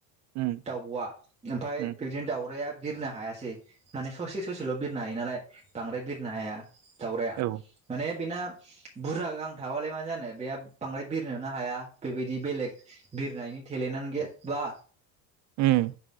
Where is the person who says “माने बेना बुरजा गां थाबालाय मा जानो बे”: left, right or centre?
Right